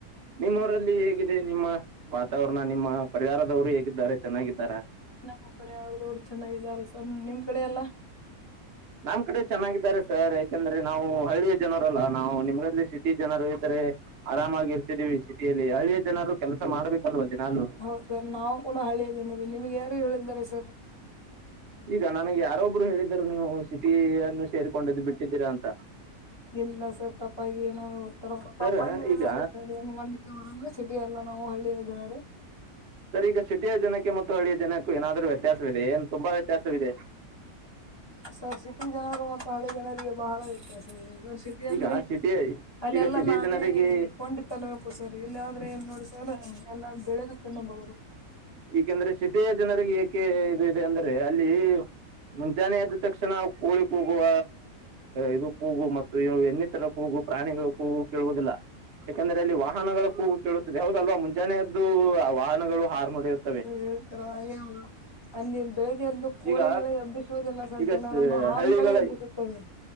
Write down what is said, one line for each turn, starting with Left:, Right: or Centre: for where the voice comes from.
Right: ನಿಮ್ಮ ಊರಲ್ಲಿ ಹೇಗಿದೆ ನಿಮ್ಮ ವಾತಾವರಣ ನಿಮ್ಮ ಪರಿವಾರದವರು ಹೇಗಿದ್ದಾರೆ ಚೆನ್ನಾಗಿದ್ದಾರ.
Left: ನಮ್ಮ ಪರಿವಾರದವರು ಅವ್ರು ಚೆನ್ನಾಗಿದ್ದಾರೆ ಸರ್ ನಿಮ್ ಕಡೆ ಎಲ್ಲಾ.
Right: ನಮ್ ಕಡೆ ಚೆನ್ನಾಗಿದ್ದಾರೆ ಸರ್ ಯಾಕಂದ್ರೆ ನಾವು ಹಳ್ಳಿಯ ಜನರಲ್ಲಾ ನಾವು ನಿಮ್ಗ ಸಿಟಿ ಜನರು ಇದ್ದಾರೆ. ಆರಾಮಾಗಿ ಇರ್ತಿದೀವಿ ಸಿಟಿಯಲ್ಲಿ ಹಳ್ಳಿಯ ಜನರು ಕೆಲಸ ಮಾಡ್ಬೇಕಲ್ವಾ ದಿನಾಲೂ
Left: ಹೌದು ಸರ್ ನಾವು ಕೂಡ ಹಳ್ಳಿಯ ಜನ ನಿಮ್ಗೆ ಯಾರು ಹೇಳಿದ್ದಾರೆ ಸರ್.
Right: ಈಗ ನನಗೆ ಯಾರೊಬ್ರು ಹೇಳಿದರು ನೀವು ಸಿಟಿನ್ನು ಸೇರುತಿದೆರ ಅಂತ.
Left: ಇಲ್ಲ ಸರ್ ತಪ್ಪಾಗಿ ಏನೋ ಒತ್ತರ
Right: ಸರ್
Left: ತಪ್ಪಾಗಿ ಹೇಳಿದ್ದಾರೆ
Right: ಈಗ
Left: ಸರ್ ನಿಮಲ್ಲಿ. ಸಿಟಿ ಎಲ್ಲ ನಾವು ಹಳ್ಳಿಯ ಜನರೇ.
Right: ಸರ್ ಈಗ ಸಿಟಿಯ ಜನಕ್ಕೆ ಮತ್ತು ಹಳ್ಳಿಯ ಜನಕ್ಕೂ ಏನಾದ್ರು ವ್ಯತ್ಯಾಸವಿದೆ ಏನ್ ತುಂಬಾ ವ್ಯತ್ಯಾಸವಿದೆ.
Left: ಸರ್ ಸಿಟಿ ಜನರು ಮತ್ತ ಹಳ್ಳಿ ಜನರಿಗೆ ಬಹಳ ವ್ಯತ್ಯಾಸ ಇದೆ ಸರ್. ಸಿಟಿ ಅಂದ್ರೆ
Right: ಈಗ ಸಿಟಿಯ
Left: ಅಲ್ಲೆಲ್ಲಾ
Right: ಈಗ ಸಿಟಿಯ
Left: ನಾವೇ
Right: ಜನರಿಗೆ
Left: ಕೊಂಡಿ. ತಿನ್ಬೇಕು ಸರ್ ಇಲ್ಲಿ ಆದ್ರೆ ಏನ್ ನೋಡಿ ಸರ್ ಎಲ್ಲ ಬೆಳೆದ ತಿನ್ನಬಹುದು.
Right: ಏಕೆಂದ್ರೆ ಸಿಟಿಯ ಜನರಿಗೆ ಏಕೆ ಇದು ಇದೆ ಅಂದ್ರೆ ಅಲ್ಲಿ. ಮುಂಜಾನೆ ಎದ್ದ ತಕ್ಷಣ ಕೋಳಿ ಕೂಗುವ ಇದು ಕೂಗು ಮತ್ತು. ತ್ತಾರ ಕೂಗು ಪ್ರಾಣಿಗಳ ಕೂಗು ಕೇಳುವುದಿಲ್ಲ. ಯಾಕಂದ್ರೆ ಅಲ್ಲಿ ವಾಹನಗಳ ಕೂಗು ಕೇಳುತ್ತದೆ ಹೌದಲ್ವಾ ಮುಂಜಾನೆಯದ್ದು ವಾಹನಗಳು ಹಾರ್ನ್ ಹೊಡೆಯೋದ್
Left: ಹೇಳ್ತಾರ ಹಾಗ ಅಲ್ಲಿ ಬೆಳಿಗ್ಗೆ ಎದ್ದು ಕೋಳಿಗಳೇ
Right: ಈಗ
Left: ಹೆಬ್ಬಿಸುವುದಿಲ್ಲ ಸರ್
Right: ಈಗ
Left: ಜನರನ್ನು
Right: ಸ-
Left: ಹಾರ್ನಗಳೇ
Right: ಹಳ್ಳಿಗಳ
Left: ಹೆಬ್ಬಿಸುತ್ತವೆ.